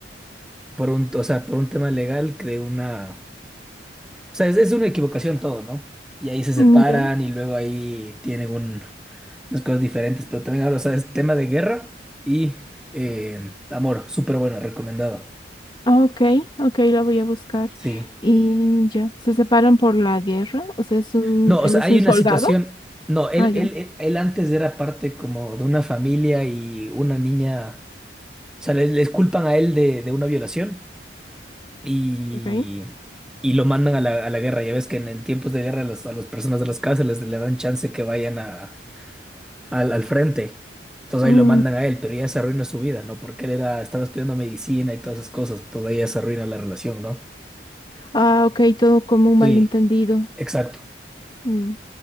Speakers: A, in the centre; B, on the left.
A: por un, o sea, por un tema legal que de una, o sea, es, es una equivocación todo, ¿no? Y ahí se separan
B: mm, ya.
A: y luego ahí tienen un, unas cosas diferentes, pero también habla, o sea, es tema de guerra y eh, amor, súper buena, recomendada.
B: Ah, Ok, ok, la voy a buscar.
A: Sí.
B: Y ya, ¿se separan por la guerra? O sea, es un,
A: No,
B: él
A: o sea,
B: es
A: hay
B: un
A: una
B: soldado.
A: situación. No, él,
B: Ah, ya,
A: él, él, él antes era parte como de una familia y una niña. O sea, les, les culpan a él de, de una violación y,
B: ok.
A: y lo mandan a la, a la guerra. Ya ves que en, el tiempos de guerra las- a las personas de las cárceles le dan chance que vayan a, al, al frente. Entonces
B: Mm,
A: ahí lo mandan a él, pero ya se arruina su vida, ¿no? Porque él era, estaba estudiando medicina y todas esas cosas. Entonces ahí ya se arruina la relación, ¿no?
B: Ah, ok, todo como un
A: Sí,
B: malentendido.
A: exacto.
B: Mm.